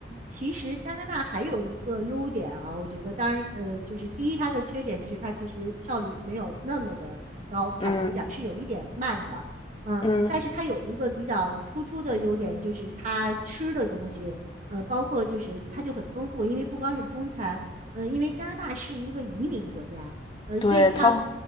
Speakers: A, on the right; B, on the left.
A: 其实加拿大还有一个优点啊，我觉得，当然，呃，就是第一，它的缺点就是它其实效率没有那么的高，坦白讲是有一点慢的，
B: 嗯
A: 嗯，
B: 嗯，
A: 但是它有一个比较突出的优点，就是它吃的东西，呃，包括就是它就很丰富，因为不光是中餐，呃，因为加拿大是一个移民国家，呃，所以它，
B: 对，他，